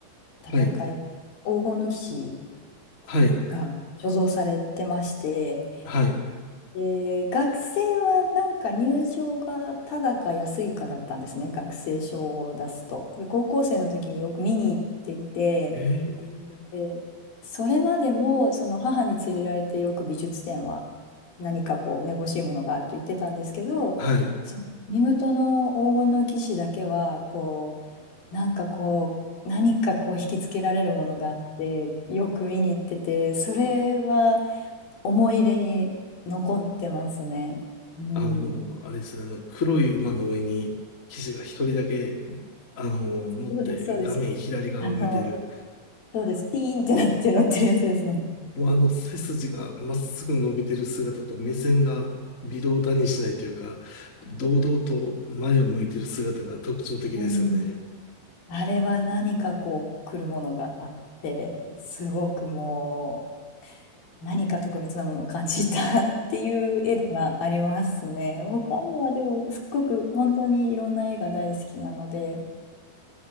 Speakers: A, on the left; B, on the left.
A: 戦い、
B: はい。
A: 黄金の騎士
B: はい。
A: が所蔵されてまして、
B: はい。
A: えー学生はなんか入場がただか安いかだったんですね、学生証を出すと。で、高校生の時によく見に行っていて、
B: え
A: えそれまでもその母に連れられてよく美術展は何かこうめぼしいものがあると言ってたんですけどそのミムトの黄金の騎士だけはこ
B: ー、はい。
A: うなんかこう何かこう引きつけられるものがあってよく見に行っててそれは思い入れに残ってますね。うん、
B: あの、あれですね、あの、黒い馬の上に騎士が一人だけ、あの、乗って画面左側を見てる。
A: そうですそうです。あのそうですピーンってなって乗ってるやつですね。
B: もうあの背筋がまっすぐ伸びてる姿と目線が微動だにしないというか、堂々と前を向いてる姿が特徴的ですよね。
A: うんあれは何かこう来るものがあってすごくもう何か特別なものを感じた <laughs> っていう絵ではありますね。他にはでもすっごく本当にいろんな絵が大好きなので